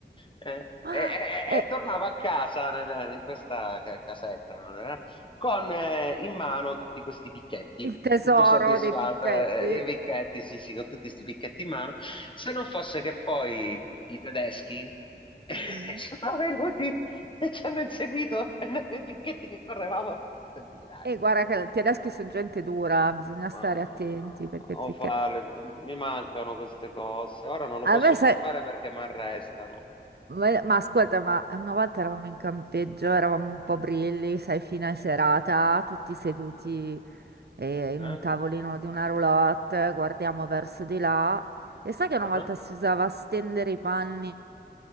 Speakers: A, on the left (about 30°); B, on the right (about 65°).
A: Eh,
B: Ah,
A: e, e-
B: è
A: e tornavo a casa nel- in questa ca- casetta no? Eh, con eh, in mano tutti questi picchetti,
B: il tesoro
A: tutto soddisfatto,
B: dei picchetti.
A: eh, i picchetti, sì, sì, con tutti questi picchetti in mano. Se non fosse che poi i tedeschi <laughs>
B: Mm.
A: sono venuti e ci hanno inseguito e noi con i picchetti che correvamo nel villaggio.
B: E guarda che i tedeschi sono gente dura, bisogna
A: Ma
B: stare attenti
A: o
B: perché, perché...
A: farle, mi mancano queste cose. Ora non lo posso
B: A me,
A: più
B: sai,
A: fare perché mi arrestano.
B: ma ma ascolta, ma una volta eravamo in campeggio, eravamo un po' brilli, sai, fine serata, tutti seduti eh, in
A: Eh?
B: un tavolino di una roulotte, guardiamo verso di là. E sai che una
A: Ah.
B: volta si usava stendere i panni?